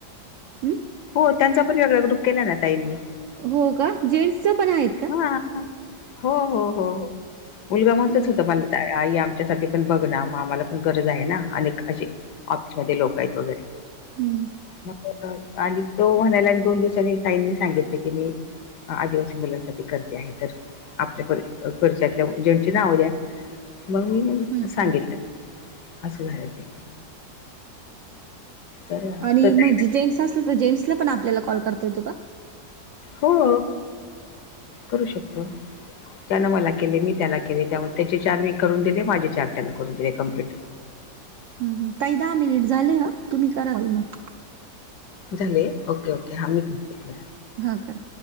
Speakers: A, on the right (about 85°); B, on the left (about 70°).
A: हम्म
B: हो त्यांचा पण वेगळा ग्रुप केला ना ताईंनी.
A: हो का जेंट्स पण आहेत का?
B: हा हा. हो हो हो मुलगा म्हणतच
A: हम्म
B: होता मला. आई आमच्यासाठी पण बघ ना मग आम्हाला पण गरज आहे ना अनेक असे ऑफिसमध्ये लोक आहेत वगैरे.
A: हम्म
B: मग आणि तो म्हणायला आणि दोन दिवसांनी ताईंनी सांगितले की मी. आदिवासी मुलांसाठी करते आहे तर आपल्या खर्च्यातल्या जेची नाव द्या. मग मी मग
A: हम्म.
B: सांगितलं असं झालं ते. तर
A: आणि
B: तर ताई
A: म्हणजे जेंट्स असले तर जेंट्सला पण आपल्याला कॉल करता येतो का?
B: हो. करू शकतो. त्यानं मला केले मी त्याला केले त्यामुळे त्याचे चार मी करून दिले माझे चार त्यांना करून दिले कमप्लीट.
A: ह काही दहा मिनिट झाले ह तुम्ही करा कॉल मग.
B: झाले ओके-ओके हा मी करते.
A: हा करा.